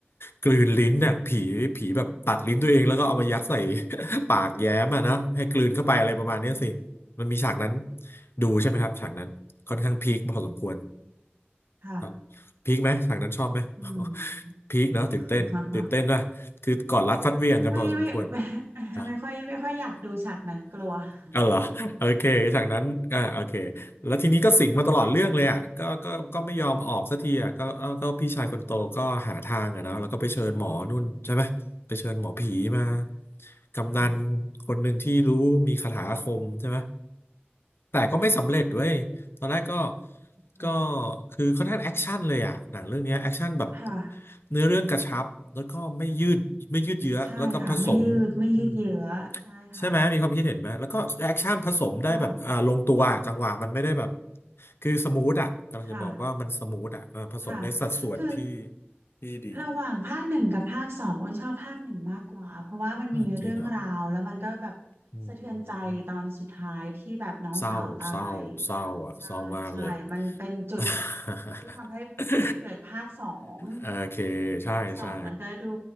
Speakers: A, on the left; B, on the right.
A: กลืนลิ้นเนี่ยผีผีแบบตัดลิ้นตัวเองแล้วก็เอามายัดใส่ <laughs> ปากแย้มอะนะให้กลืนเข้าไปอะไรประมาณเนี้ยสิ
B: อืม
A: มันมีฉากนั้นดูใช่ไหมครับฉากนั้นค่อนข้างพีคพอสมควร
B: ค่ะ
A: ครับพีคไหมฉากนั้นชอบไหม
B: อืม
A: <laughs> พีค <laughs> เนาะตื่นเต้นตื่นเต้นนะคือก่อนรัดฟัดเหวี่ยงกันพอสมควร
B: <laughs> ไม่ไม่ <laughs>
A: นะ
B: ไม่ไม่ค่อยไม่ค่อยอยากดูฉากนั้นกลัว
A: <laughs>
B: <laughs>
A: เอาเหรอโอเคจากนั้นอ่าโอเคแล้วทีนี้ก็สิงมาตลอดเรื่องเลยอ่ะก็ก็ก็ไม่ยอมออกสักทีอ่ะก็เออก็พี่ชายคนโตก็หาทางอ่ะเนอะแล้วก็ไปเชิญหมอนู่นใช่ไหมไปเชิญหมอผีมา
B: ค่ะ
A: กำนัน
B: ค่ะ
A: คนหนึ่งที่รู้มีคาถาอาคมใช่ไหมแต่ก็ไม่สำเร็จเว้ย
B: ค่ะอืม
A: ตอนแรกก็
B: ค่ะ
A: ก็คือค่อนข้างแอคชั่นเลยอ่ะหนังเรื่องเนี้ยแอคชั่นแบบ
B: ค่ะ
A: เนื้อเรื่องกระชับแล้วก็ไม่ยืดไม่ยืดเยื้อแล้วก็ผสม
B: ใช่ค่ะไม่ยืดไม่ยืดเยื้อใช่ค่ะ
A: อืมใช่ไหมมีความคิดเห็นไหมแล้วก็แอคชั่นผสมได้แบบอ่าลงตัวอะจังหวะมันไม่ได้แบบ
B: ค่ะ
A: คือสมูทอ่ะกำลังจะบอกว่ามันสมูทอ่ะเออผสมในสัดส่วนที่
B: ค่ะค่ะคือ
A: ที่ดี
B: ระหว่างภาคหนึ่งกับภาคสองอ้นชอบภาคหนึ่งมากกว่าเพราะว่ามันมีเรื่องราวแล้วมันก็แบบ
A: เออจริงเหรออื
B: สะเทือนใจตอนสุดท้ายที่แบบน้องสาวตายค่ะใช่ใช่มันเป็นจุด
A: ม เศร้าเศร้าเศร้าอ่ะเศร้ามากเลย <laughs>
B: ที่ทำให้ไปเกิดภาคสอง
A: โอเคใช่ใช่
B: ภาคสองมันก็ดู